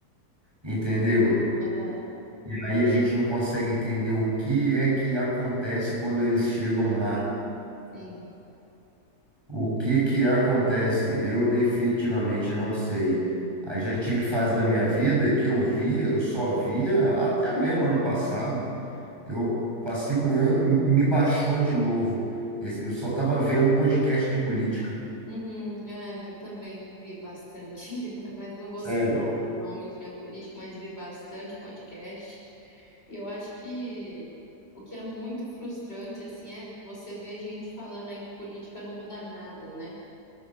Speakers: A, on the right; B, on the left.
A: entendeu?
B: Aham,
A: E aí a gente não consegue entender o que é que acontece quando eles chegam lá,
B: sim.
A: O que que acontece? Eu definitivamente não sei. Aí já tive fase da minha vida que eu via, eu só via até mesmo ano passado. Eu passei um ano, me baixou de novo. Esse- Eu só estava vendo podcast de política.
B: Uhum, é, eu também vi bastante, <laughs> mas não vou
A: Sério.
B: citar nome de nenhum político, mas vi bastante podcast. E eu acho que o que é muito frustrante, assim, é você ver gente falando aí que política não muda nada, né?